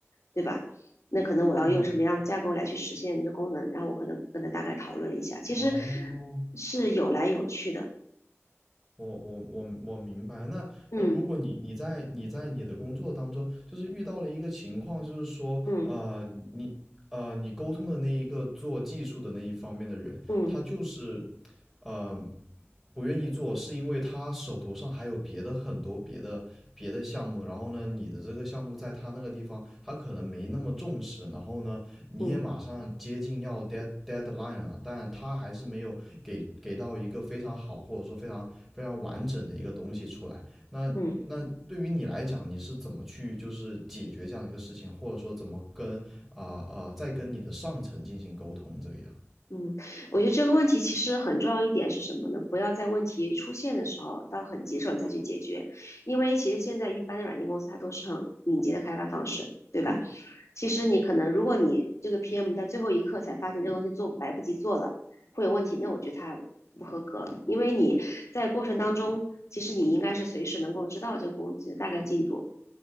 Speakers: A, on the left; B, in the centre.
A: 对吧？那可能我要用什么样的架构来去实现这功能，
B: 嗯，
A: 然后我可能跟他大概讨论一下，其实
B: 哦，
A: 是有来有去的，
B: 我我我我明白。那那如果你你在你在你的工作当中，
A: 嗯
B: 就是遇到了一个情况，就是说，
A: 嗯
B: 呃，你呃你沟通的那一个做技术的那一方面的人，
A: 嗯
B: 他就是呃不愿意做，是因为他手头上还有别的很多别的别的项目，然后呢，你的这个项目在他那个地方，他可能没那么重视，然后呢，你也马上接近要
A: 嗯
B: dead deadline 了，但他还是没有给给到一个非常好或者说非常非常完整的一个东西出来。那那对于你来讲，
A: 嗯，
B: 你是怎么去就是解决这样的一个事情，或者说怎么跟啊啊、呃呃、再跟你的上层进行沟通这个样？
A: 嗯，我觉得这个问题其实很重要一点是什么呢？不要在问题出现的时候，到很棘手你再去解决，因为其实现在一般的软件公司它都是很敏捷的开发方式，对吧？其实你可能，如果你这个 PM 到最后一刻才发现这个东西做来不及做了，会有问题，那我觉得它不合格，因为你在过程当中，其实你应该是随时能够知道这个工具的大概进度，